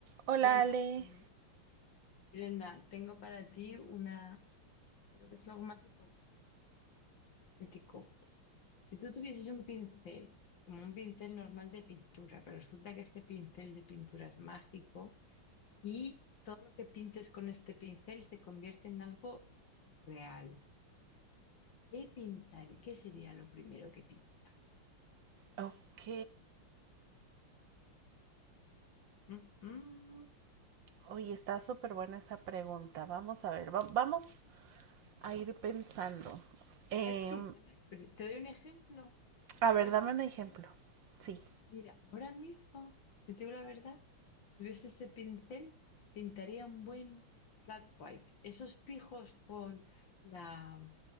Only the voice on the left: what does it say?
Bueno,
mm, Brenda, tengo para ti una, creo que es algo más hipo- hipotético. Si tú tuvieses un pincel, como un pincel normal de pintura, pero resulta que este pincel de pintura es mágico y todo lo que pintes con este pincel se convierte en algo real. ¿Qué pintar? ¿Qué sería lo primero que pintas?
Mm, mm,
No hay prisa, no hay pri- Te doy un ejemplo.
¿Sabes
qué haría
yo?
Mira, ahora mismo, si te digo la verdad, si tuviese ese pincel, pintaría un buen flat white. Esos pijos con la,